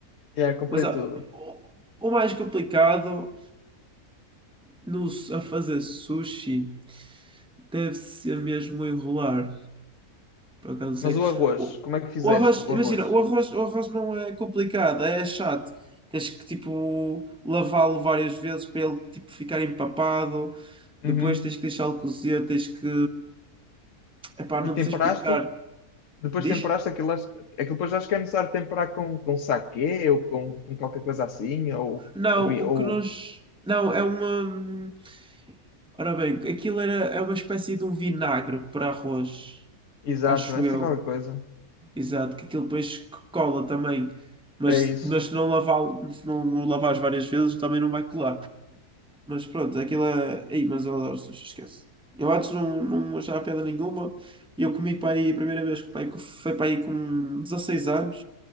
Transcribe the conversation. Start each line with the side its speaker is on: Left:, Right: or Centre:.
Left: Yeah, comprei
Centre: Mas ah,
Left: tudo.
Centre: o o mais complicado. Não, s- a fazer sushi deve ser mesmo enrolar, por acaso não sei.
Left: Mas o arroz,
Centre: O,
Left: como é que fizeste
Centre: o arroz,
Left: o
Centre: imagina,
Left: arroz?
Centre: o arroz, o arroz não é complicado, é chato. Tens que tipo lavá-lo várias vezes para ele tipo, ficar empapado, depois
Left: Uhum.
Centre: tens que deixá-lo cozer, tens que. Epá,
Left: E
Centre: não te
Left: temperaste?
Centre: sei explicar.
Left: Depois
Centre: Diz?
Left: temperaste aquilo, acho- aquilo depois acho que é necessário temperar com, com saquê ou com, com qualquer coisa assim, ou,
Centre: Não,
Left: ou, bi-
Centre: o
Left: ou
Centre: que nós. Não, é uma. hum, Ora bem, aquilo era, é uma espécie de um vinagre para arroz,
Left: exato,
Centre: acho
Left: é assim
Centre: eu.
Left: qualquer coisa.
Centre: Exato, que aquilo depois c- cola também. Mas,
Left: É isso.
Centre: mas se não lavar, se não o lavares várias vezes, também não vai colar. Mas pronto, aquilo é. Ei, mas eu adoro sushi, esquece. Eu antes não, não achava pedra nenhuma. Eu comi para aí, a primeira vez que para aí- que foi para aí com 16 anos,